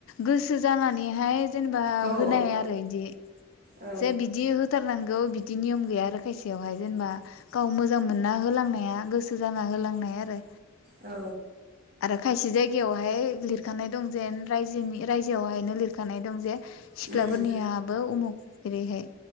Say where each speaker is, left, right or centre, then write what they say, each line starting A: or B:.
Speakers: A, on the left; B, on the right.
A: गोसो जानानैहाय जेनेबा
B: ओ औ
A: होनाय आरो बिदि
B: औ
A: जे बिदि होथारनांगौ बि दि नियम गैया आरो खायसेयावहाय जेनेबा गाव मोजां मोनना होलांनाया गोसो सो जाना होलांनाय आरो
B: औ
A: आरो खायसे जायगायावहाय लिरखानाय दं जेन रायजोनि रायजोआवहायनो लिरखानाय दं जे सिख्लाफोरनियाबो
B: उम
A: उमुख एरैहाय